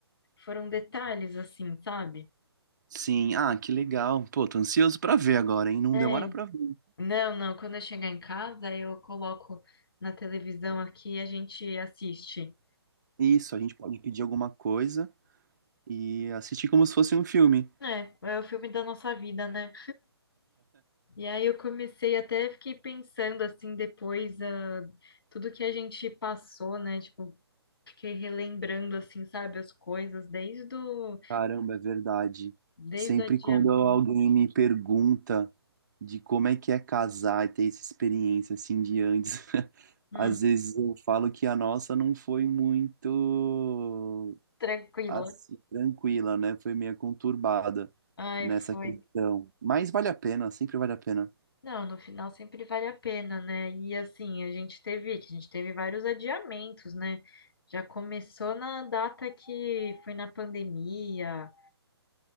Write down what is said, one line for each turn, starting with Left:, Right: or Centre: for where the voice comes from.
Left: foram detalhes assim, sabe?
Right: Sim, ah, que legal. Pô, tô ansioso pra ver agora, hein? Não
Left: É,
Right: demora pra ver.
Left: não, não, quando eu chegar em casa, eu coloco na televisão aqui e a gente assiste.
Right: Isso, a gente pode pedir alguma coisa e assistir como se fosse um filme.
Left: É, é o filme da nossa vida, né? E aí eu comecei até fiquei pensando assim depois ah, tudo que a gente passou, né? Tipo, fiquei relembrando assim, sabe, as coisas desde o
Right: Caramba, é verdade.
Left: desde
Right: Sempre
Left: o adiamento.
Right: quando alguém me pergunta de como é que é casar e ter essa experiência assim de antes, <laughs>
Left: Hum.
Right: às vezes eu falo que a nossa não foi muito
Left: tranquila.
Right: assim, tranquila, né? Foi meio conturbada
Left: Ai,
Right: nessa
Left: foi.
Right: questão. Mas vale a pena, sempre vale a pena.
Left: Não, no final sempre vale a pena, né? E assim, a gente teve, que a gente teve vários adiamentos, né? Já começou na data que foi na pandemia,